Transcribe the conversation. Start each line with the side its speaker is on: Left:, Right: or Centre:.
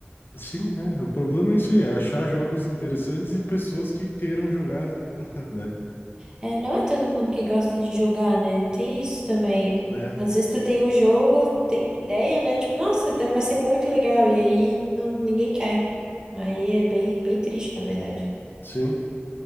Left: sim, é, o problema é isso aí, é achar jogos interessantes e pessoas que queiram jogar, <laughs> né?
Right: É, não é todo mundo que gosta de jogar, né? Tem isso também.
Left: Né?
Right: Às vezes tu tem o jogo, tem a ideia, né? Tipo, nossa, deve- vai ser muito legal. E aí não, ninguém quer. Aí é bem, bem triste, na verdade.
Left: Sim.